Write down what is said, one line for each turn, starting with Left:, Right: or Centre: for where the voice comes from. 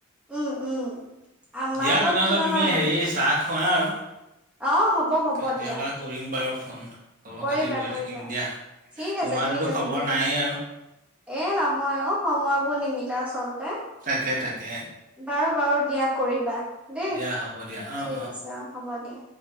Centre: উম উম আমাৰ
Right: দিয়া
Centre: ঘৰ
Right: তেনেহলে
Centre: কি জানা
Right: তুমি
Centre: নাই
Right: হেৰি চাহ খোৱা আৰু
Centre: অ হ'ব হ'ব
Right: কেতিয়াবা
Centre: দিয়া
Right: কৰিম বাৰু ফোন। খবৰ
Centre: কৰিবা
Right: খাতি লৈ
Centre: কৰিবা
Right: থাকিম দিয়া
Centre: ঠিক
Right: তোমাৰতোতো
Centre: আছে ঠিক আছে
Right: খবৰ
Centre: দিয়া
Right: নায়েই আৰু
Centre: এ নহয় অ সময়বোৰ নিমিলে আচলতে
Right: তাকে তাকে
Centre: বাৰু বাৰু দিয়া কৰিবা দেই
Right: দিয়া হ'ব দিয়া অ',
Centre: ঠিক আছে অ হ'ব দিয়া